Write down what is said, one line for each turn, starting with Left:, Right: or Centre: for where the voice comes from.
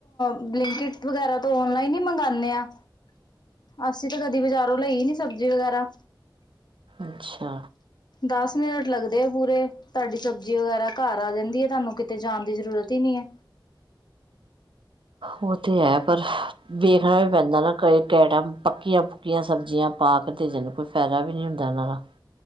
Left: ਬਲਿੰਕਟ ਵਗੈਰਾ ਤੋਂ ਔਨਲਾਈਨ ਈ ਮੰਗਾਣੇ ਆ। ਅਸੀਂ ਤਾਂ ਕਦੀ ਬਜ਼ਾਰੋਂ ਲਈ ਨੀ ਸਬਜ਼ੀ ਵਗੈਰਾ
Right: ਅੱਛਾ।
Left: ਦਸ ਮਿੰਟ ਲੱਗਦੇ ਆ ਪੂਰੇ ਤੁਹਾਡੀ ਸਬਜ਼ੀ ਵਗੈਰਾ ਘਰ ਆ ਜਾਂਦੀ ਆ, ਤੁਹਾਨੂੰ ਕਿਤੇ ਜਾਣ ਦੀ ਜ਼ਰੂਰਤ ਹੀ ਨੀ ਐ।
Right: ਉਹ ਤੇ ਹੈ ਪਰ ਵੇਖਣਾ ਵੀ ਪੈਂਦਾ ਨਾ ਕ ਕਹਿ ਟੈਮ ਪੱਕੀਆਂ- ਪੁੱਕੀਆਂ ਸਬਜ਼ੀਆਂ ਪਾ ਕੇ ਦੇ ਜਾਦੇ, ਕੋਈ ਫਾਇਦਾ ਵੀ ਨੀ ਹੁੰਦਾ ਓਹਨਾਂ ਦਾ